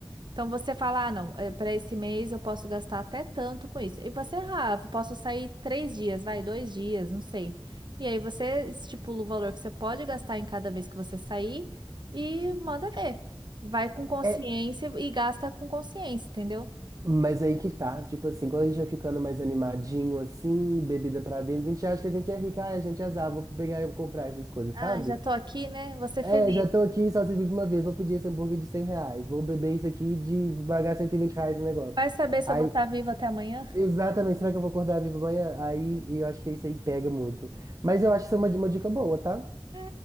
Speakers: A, on the right; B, on the right.
A: Então você fala, ah, não, para esse mês eu posso gastar até tanto com isso. E você, ah, eu posso sair três dias, vai, dois dias, não sei. E aí você estipula o valor que você pode gastar em cada vez que você sair e manda ver. Vai com consciência
B: É,
A: e gasta com consciência, entendeu?
B: Mas aí que tá, tipo assim, quando a gente vai ficando mais animadinho, assim, bebida pra dentro, a gente acha que a gente é rica, ai, a gente é azar, vou pegar e comprar essas coisas,
A: Ah,
B: sabe?
A: já tô aqui, né? Vou ser
B: É,
A: feliz.
B: já tô aqui, só se vive uma vez, vou pedir esse hambúrguer de 100 reais, vou beber isso aqui de pagar 120 reais no negócio.
A: Vai saber se
B: Aí,
A: eu vou estar viva até amanhã?
B: exatamente, será que eu vou acordar vivo amanhã? Aí, e eu acho que isso aí pega muito. Mas eu acho isso é uma, uma dica boa, tá?
A: É.